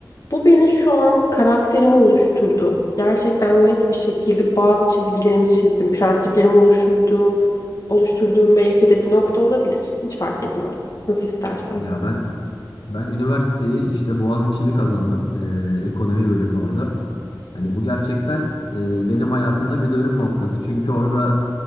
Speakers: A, on the left (about 45°); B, on the left (about 80°).
A: bu beni şu an karakterimi oluşturdu. Gerçekten net bir şekilde bazı çizgilerimi çizdim, prensiplerimi oluşturduğum, oluşturduğum belki de bir nokta olabilir. Hiç fark etmez. Nasıl istersen.
B: Ya ben Ben üniversiteyi işte Boğaziçi'ni kazandım. Ee, ekonomi bölümü orada. Hani bu gerçekten e, benim hayatımda bir dönüm noktası. Çünkü orada